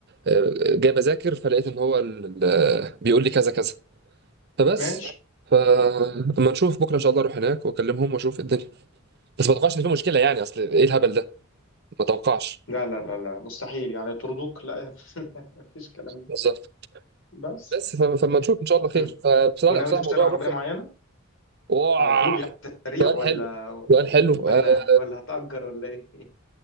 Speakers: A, on the right (about 50°); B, on the left (about 65°).
A: آه، جاي بذاكر فلقيت ان هو ال... ال- بيقول لي كذا كذا فبس
B: ماشي
A: فلما نشوف بكره ان شاء الله اروح هناك واكلمهم واشوف إيه الدنيا بس ما اتوقعش ان في مشكله يعني اصل ايه الهبل ده ما اتوقعش
B: لا لا لا لا مستحيل يعني طردوك لا يا <laughs> مفيش الكلام ده
A: بالظبط
B: بس
A: بس ف- فما نشوف ان شاء الله خير
B: مم.
A: فبصراحه
B: وناوي
A: لا بصراحه
B: تشتري
A: موضوع
B: عربيه
A: الرخصه
B: معينه
A: اوه
B: على طول يعني سريع
A: سؤال
B: ولا
A: حلو سؤال حلو
B: ولا
A: آه
B: ولا هتأجر ولا ايه <laughs>